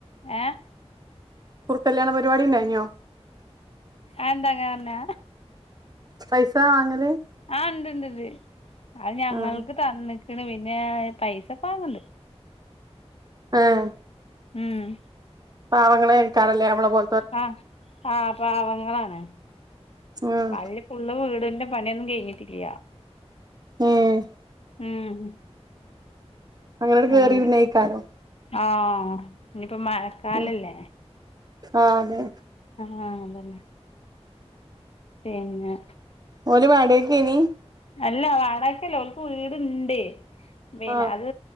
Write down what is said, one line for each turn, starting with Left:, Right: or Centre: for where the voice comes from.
Left: ഏഹ്
Right: കുർകല്യാണ പരിപാടിണ്ടായിനിയോ?
Left: അയെന്താ അങ്ങനറഞ്ഞ.
Right: പൈസ വാങ്ങല്?
Left: ആഹ് ഇണ്ടിണ്ടിണ്ട് അത് ഞങ്ങൾക്ക്
Right: ആഹ്
Left: തന്ന്ക്കണ് പിന്നെ പൈസക്ക് വാങ്ങിണ്ട്.
Right: ആഹ്.
Left: ഉം.
Right: പാവങ്ങളെക്കാരല്ലേ ഞമ്മളെ പോ
Left: ആഹ് ആഹ് പാവങ്ങളാണ്
Right: ആഹ്
Left: വല്ല് ഫുള്ള് വീടിന്റെ പണിയൊന്നും കഴിഞ്ഞിട്ടില്ല്യാ.
Right: ഏഹ്
Left: ഉം.
Right: അങ്ങനട് കേറി
Left: അയിന്
Right: ഇരുന്നേക്കാരം.
Left: ആഹ് ഇഞ്പ്പോ മഴക്കാലല്ലേ.
Right: ഉം ആഹ് അതെ.
Left: ആഹ് അതന്നെ പിന്നെ
Right: ഓല് വാടകക്കെനി?
Left: അല്ല വാടകക്കല്ല ഓൽക്ക് വീടുണ്ട് പിന്നെ
Right: ആഹ്
Left: അത്